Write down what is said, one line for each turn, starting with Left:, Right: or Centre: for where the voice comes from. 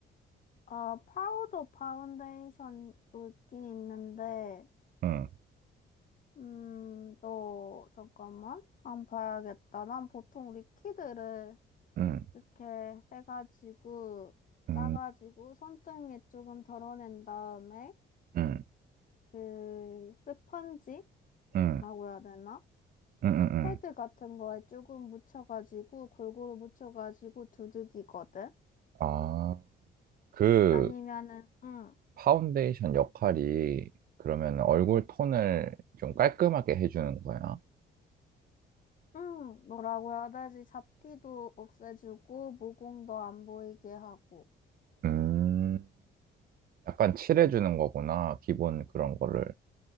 Left: 어, 파우더 파운데이션도 있긴 있는데,
Right: 응,
Left: 음, 또, 잠깐만. 안 봐야겠다. 난 보통 리퀴드를
Right: 응,
Left: 이렇게 해가지고,
Right: 응,
Left: 짜가지고, 손등에 조금 덜어낸 다음에,
Right: 응,
Left: 그, 스펀지라고
Right: 응,
Left: 해야 되나?
Right: 응, 응. 응.
Left: 패드 같은 거에 조금 묻혀가지고 골고루 묻혀가지고 두들기거든.
Right: 아, 그
Left: 아니면은 응,
Right: 파운데이션 역할이 그러면 얼굴 톤을 좀 깔끔하게 해주는 거야?
Left: 응, 뭐라고 해야 되지? 잡티도 없애주고 모공도 안 보이게 하고.
Right: 음. 약간 칠해주는 거구나. 기본 그런 거를.